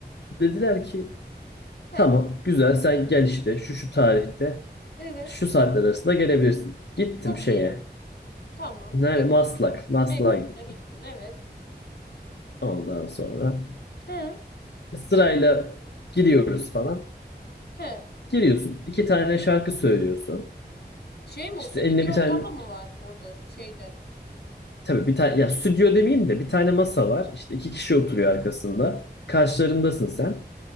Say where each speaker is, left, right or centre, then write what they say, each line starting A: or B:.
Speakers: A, on the left; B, on the left.
A: dediler ki
B: He.
A: tamam güzel sen gel işte şu şu tarihte
B: Evet.
A: şu saatler arasında gelebilirsin. Gittim
B: Çok
A: şeye
B: iyi. Tamam.
A: Nerede?
B: Peki.
A: Maslak. Maslak'a
B: Mekana
A: gittim.
B: gittin evet.
A: Ondan sonra
B: He.
A: sırayla giriyoruz falan.
B: He.
A: Giriyorsun. İki tane şarkı söylüyorsun.
B: Şey mi
A: İşte
B: o stüdyo
A: eline bir
B: ortamı
A: tane
B: mı var orada şeyde?
A: tabii bir tane ya stüdyo demeyeyim de bir tane masa var. İşte iki kişi oturuyor arkasında. Karşılarındasın sen.